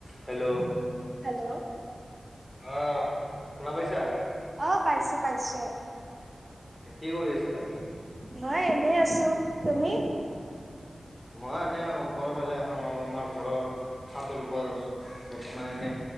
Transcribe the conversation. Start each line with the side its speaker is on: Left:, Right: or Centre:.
Left: Hello
Right: hello
Left: অহ শুনা পাইছা
Right: অ পাইছে পাইছে
Left: কি কৰি আছিলা
Right: মই এনেই আছো তুমি
Left: মই এনে ওপৰৰ ফালে আমাৰ ঘৰৰ চাটৰ ওপৰত আছো বৰ্তমান এনে